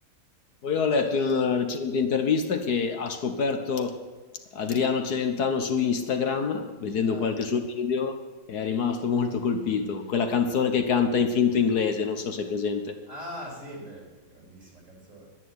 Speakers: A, on the left (about 65°); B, on the right (about 45°).
A: Poi ho letto in una recente intervista che ha scoperto Adriano Celentano su Instagram, vedendo
B: Ah,
A: qualche suo video, e è rimasto molto colpito. Quella canzone che canta in finto inglese, non so se è presente.
B: ah, sì, beh, grandissima canzone.